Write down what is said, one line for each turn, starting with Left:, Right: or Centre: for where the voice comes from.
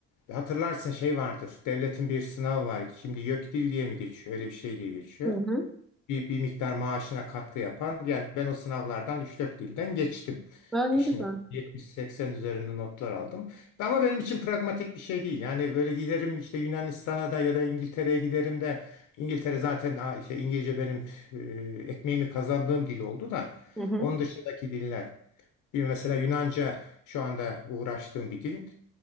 Left: Hatırlarsın şey vardır. Devletin bir sınavı var. Şimdi YÖKDİL diye mi geçiyor? Öyle bir şey diye geçiyor.
Centre: Hı hı.
Left: Bir, bir miktar maaşına katkı yapan. Yani ben o sınavlardan üç dört dilden geçtim.
Centre: Aa, ne
Left: İşine
Centre: güzel.
Left: 70-80 üzerinde notlar aldım. Ama benim için pragmatik bir şey değil. Yani böyle giderim işte Yunanistan'a da ya da İngiltere'ye giderim de İngiltere zaten ha, işte İngilizce benim e, ekmeğimi kazandığım dil oldu da
Centre: Hı hı.
Left: onun dışındaki diller. Bir mesela Yunanca şu anda uğraştığım bir dil.